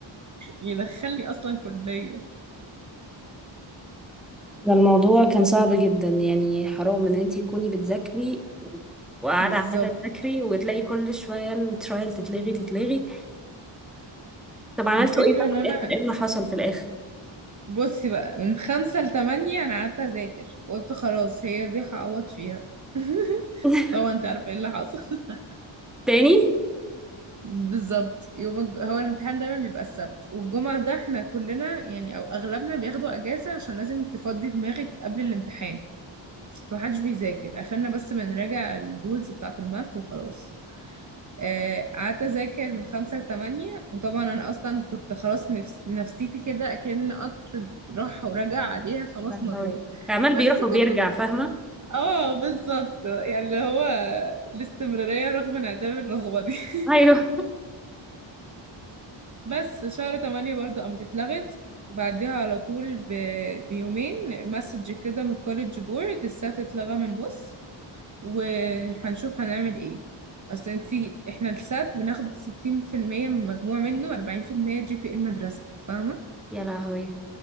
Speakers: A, on the right; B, in the centre.
A: يدخلني اصلا كلية
B: ده الموضوع كان صعب جدا يعني حرام ان انتي تكوني بتذاكري و- وقاعدة
A: بالظبط
B: عمالة تذاكري وتلاقي كل شوية الترايل تتلغي تتلغي طب عملتوا
A: الفكرة
B: ايه بقى
A: ان
B: في
A: انا
B: الاخر ايه اللي حصل في الاخر
A: بصي بقى من خمسة لتمانية انا قعدت اذاكر وقلت خلاص هي دي هعوض فيها <laughs>
B: <laughs>
A: طبعا انت عارفة ايه اللي حصل <laughs>
B: تاني
A: بالظبط يوم الج... هو الامتحان دايما بيبقى السبت والجمعة ده احنا كلنا يعني او اغلبنا بياخدوا اجازة عشان لازم تفضي دماغك قبل الامتحان فمحدش بيذاكر اخرنا بس بنراجع الرولز بتاعة الماث وخلاص آه، قعدت اذاكر من خمسة لتمانية وطبعا انا اصلا كنت خلاص نفس... نفسيتي كده اكن قطر راح ورجع عليها خمس
B: يا لهوي
A: مرات
B: عمال
A: بس
B: بيروح
A: كنت
B: وبيرجع فاهمة
A: اه بالظبط يعني اللي هو الاستمرارية رغم انعدام الرغبة دي <laughs>
B: ايوه
A: بس شهر تمانية برضو قامت اتلغت بعديها على طول ب... بيومين مسج كده من الكوليدج بورد السات اتلغى من النص وهنشوف هنعمل ايه اصل انتي احنا السات بناخد ستين في المية من مجموع منه واربعين في المية جي بي اي المدرسة فاهمة
B: يا لهوي